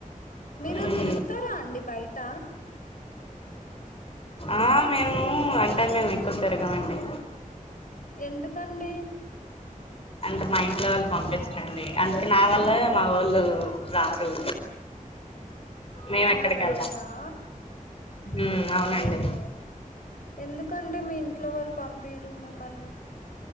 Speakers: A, on the left; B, on the left.
A: మీరు
B: మ్మ్
A: తిరుగుతారా అండి బయట
B: ఆ మేము అంటా మేము ఎక్కువ తిరగామండి
A: ఎందుకండి
B: అంటే మా ఇంట్లో వాళ్ళు పంపించరండి అందుకే నా వల్ళ మా వొళ్ళు రారు మేమెక్కడికెళ్ళం
A: ఆహా వెళ్ళరా
B: ఉమ్ అవునండి
A: ఓకే ఎందుకండి మీ ఇంట్లో వాళ్ళు పంపిరు మిమ్మల్ని